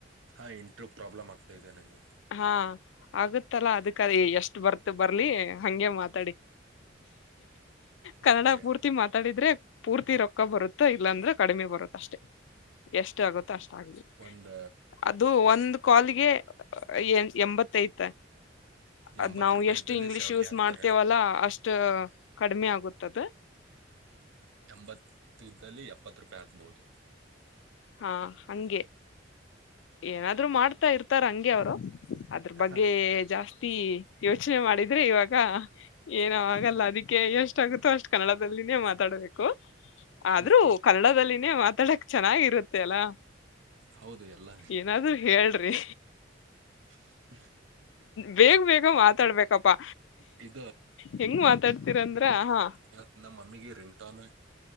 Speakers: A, on the right (about 85°); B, on the left (about 70°).
A: ಹಾ ಇಂಟ್ರೂ ಪ್ರಾಬ್ಲಮ್ ಆಗ್ತಾ ಇದೆ ನಂಗೆ.
B: ಹಾ ಆಗುತ್ತಲ್ಲಾ ಅದಕ್ಕರಿ ಎಷ್ಟ್ ಬರ್ತೊ ಬರ್ಲಿ ಹಂಗೆ ಮಾತಾಡಿ. ಕನ್ನಡ
A: ಓಕೆ
B: ಪೂರ್ತಿ ತಿ ಮಾತಾಡಿದ್ರೆ ಪೂರ್ತಿ ರೊಕ್ಕ ಬರುತ್ತ ಇಲ್ಲಾಂದ್ರೆ ಕಡಿಮೆ ಬರುತ್ ಅಷ್ಟೇ. ಎಷ್ಟು ಆಗುತ್ತೋ ಅಷ್ಟ್ ಆಗ್ಲಿ
A: ಒಂದ
B: ಅದು ಒಂದ್ ಕಾಲ್ಗೆ ಏನ್ ಎಂಬತ್ತೈತೆ
A: ಎಂಬತ್
B: ಅದ್ ನಾವು
A: ರೂಪಾಯಿದಲ್ಲಿ
B: ಎಷ್ಟು ಇಂಗ್ಲಿೀಷ್
A: ಸೆವೆಂಟಿ
B: ಯೂಸ್
A: ಹಾಕ್ತಾರೇನ
B: ಮಾಡ್ತೇವಲ್ಲಾ ಅಷ್ಟ್ ಟು ಕಡಿಮೆ ಆಗುತ್ತದು.
A: ಎಂಬತ್ತಿದ್ದಲ್ಲಿ ಎಪ್ಪತ್ ರೂಪಾಯ್ ಹಾಕ್ಬೋದು.
B: ಹಾ ಹಂಗೆ ಏನಾದ್ರು ಮಾಡ್ತಾ ಇರ್ತಾರ್ ಹಂಗೆ ಅವ್ರು. ಅದ್ರ್ ಬಗ್ಗೆ
A: ಹಾ
B: ಜಾಸ್ತಿ ಯೋಚ್ನೆ ಮಾಡಿದ್ರೆ ಇವಾಗ. ಏನು ಆಗಲ್ಲ ಅದಿಕ್ಕೆ ಎಷ್ಟ್ ಆಗುತ್ತೋ ಅಷ್ಟ್ ಕನ್ನಡದಲ್ಲಿನೇ ಮಾತಾಡ್ಬೇಕು. ಆದ್ರೂ
A: ಓಕೆ
B: ಕನ್ನಡದಲ್ಲಿನೇ ಮಾತಾಡಕ್ ಚೆನ್ನಾಗಿರುತ್ತೆ ಅಲ್ಲ.
A: ಹೌದು ಎಲ್ಲ
B: ಏನಾದ್ರೂ ಹೇಳ್ರಿ.
A: ಹ
B: ಬೇಗ್ ಬೇಗ ಮಾತಾಡ್ಬೇಕಪ್ಪಾ
A: ಇದು
B: ಹೆಂಗ್ ಮಾತಾಡ್ತೀರಂದ್ರ ಹಾ
A: ಇವತ್ ನಮ್ ಮಮ್ಮಿಗೆ ರಿಂಗ್ಟೋನು,